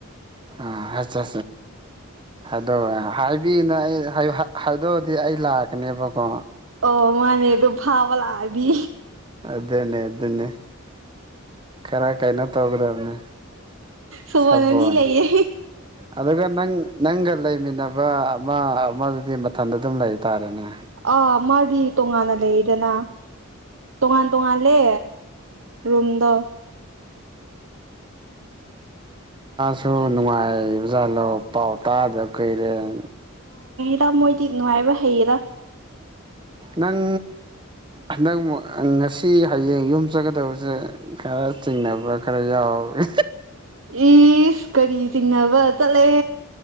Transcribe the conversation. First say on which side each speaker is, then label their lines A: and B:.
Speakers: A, on the right; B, on the right.
A: ꯑꯣ ꯑꯗ ꯍꯥꯏꯕꯤꯅ ꯑꯩ ꯍꯥꯏ ꯍꯥꯏꯗꯔꯗꯤ ꯑꯩ ꯂꯥꯛ ꯀꯅꯤꯕ ꯀꯣ
B: ꯑꯣ ꯃꯥꯅꯦ ꯑꯗꯨ ꯐꯥꯕ ꯂꯥꯛꯑꯗꯤ
A: ꯑꯗꯨꯅꯦ ꯑꯗꯨꯅꯦ ꯈꯔ ꯀꯩꯅꯣ ꯇꯧꯒꯗꯕꯅꯦ
B: ꯁꯕꯥꯅꯤ
A: ꯁꯥꯕꯣꯟ
B: ꯂꯩꯥꯏꯌꯦ
A: ꯑꯗꯨꯒ ꯅꯪ ꯅꯪꯒ ꯂꯩꯃꯤꯟꯅꯕ ꯑꯃ ꯃꯗꯨꯗꯤ ꯃꯊꯟꯗ ꯑꯗꯨꯝ ꯂꯩꯇꯥꯥꯔꯦꯅꯦ
B: ꯑ ꯃꯥꯗꯤ ꯇꯣꯉꯅ ꯂꯩꯦ ꯏꯗꯅ ꯇꯣꯉꯥꯟ ꯇꯣꯉꯥꯟꯂꯦ ꯔꯣꯝꯗ
A: ꯁꯣ ꯅꯨꯡꯉꯥꯏꯕ ꯖꯥꯠꯂꯣ ꯄꯥꯎ ꯇꯥꯗꯕ ꯀꯩꯔꯦꯟ
B: ꯇ ꯃꯣꯏꯗꯤ ꯅꯨꯡꯉꯥꯏꯕ ꯍꯩꯌꯦꯗ
A: ꯅꯪ ꯍꯟꯗꯪ ꯉꯁꯤ ꯍꯌꯦꯡ ꯌꯨꯝ ꯆꯠꯀꯗꯕꯁꯦ ꯈꯔ ꯆꯤꯡꯅꯕ ꯈꯔ ꯌꯥꯎꯋꯤ
B: ꯏꯁ ꯀꯔꯤ ꯆꯤꯡꯅꯕ ꯆꯠꯂꯦ